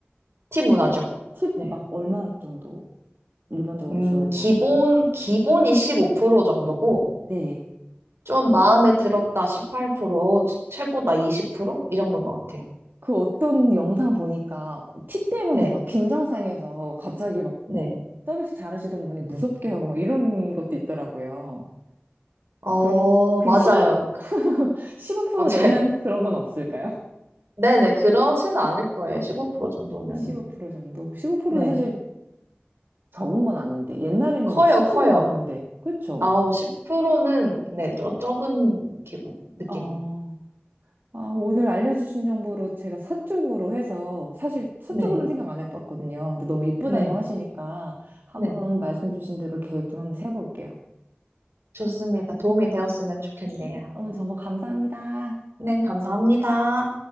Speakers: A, on the right; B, on the right.
A: 팀 문화죠.
B: 팁
A: 네.
B: 막 얼마 정도 일반적으로
A: 음,
B: 줘야
A: 기본,
B: 되나요?
A: 기본이 15% 정도고
B: 네.
A: 좀 마음에 들었다 18%, 어우, 최고다 20%? 이 정도인 것 같아요.
B: 그 어떤 영상 보니까 팁 때문에
A: 네.
B: 막 빈정상에서 갑자기 막
A: 네.
B: 서비스 잘하시던 분이 무섭게 하고 막 이런 것도 있더라고요.
A: 어,
B: 그럼 그냥
A: 맞아요.
B: 15, <laughs> 프로
A: <laughs> 맞아요.
B: 내면 그런 건 없을까요?
A: 네네, 그렇지는 않을 거예요. 15% 정도면은.
B: 15% 정도? 15%도
A: 네.
B: 사실 적은 건 아닌데. 옛날에는
A: 커요,
B: 막 10%였는데.
A: 커요.
B: 그쵸?
A: 아우, 10%는, 네, 저, 적은 기분, 느낌이에요.
B: 아, 아, 오늘 알려주신 정보로 제가 서쪽으로 해서 사실 서쪽으로는
A: 네,
B: 생각 안 해봤거든요. 근데 너무 이쁘다고
A: 네,
B: 하시니까 한번
A: 네.
B: 말씀 주신 대로 계획 좀 한번 세볼게요.
A: 좋습니다. 도움이 되었으면 좋겠네요.
B: 오늘 정보 감사합니다.
A: 네, 감사합니다.